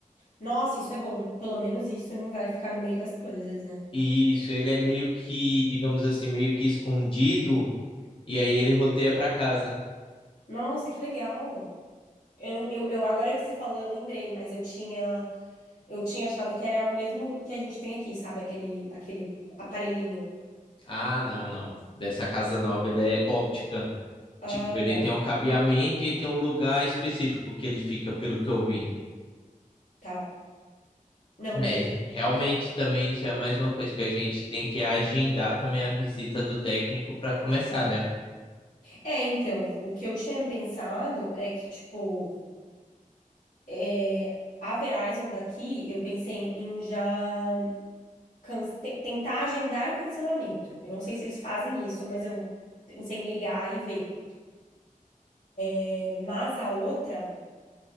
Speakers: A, on the left; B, on the left.
A: Nossa, isso é bom. Pelo menos isso não vai ficar no meio das coisas, né?
B: Isso, ele é meio que, digamos assim, meio que escondido, e aí ele roteia para casa.
A: Nossa, que legal. Eu, não- eu, eu- agora que você falou, eu lembrei, mas eu tinha. Eu tinha achado que era o mesmo que a gente tem aqui, sabe? Aquele, aquele aparelhinho.
B: Ah, não, não. Dessa casa nova ele é óptica.
A: Ah,
B: Tipo,
A: legal.
B: ele tem um cabeamento e tem um lugar específico que ele fica, pelo que eu vi.
A: Tá. Não, beleza.
B: É, realmente também isso é mais uma coisa que a gente tem que agendar também a visita do técnico para começar, né?
A: É, então, o que eu tinha pensado é que, tipo, é, a Verizon daqui, eu pensei em já can- te- tentar agendar o cancelamento. Eu não sei se eles fazem isso, mas eu pensei em ligar e ver. É, mas a outra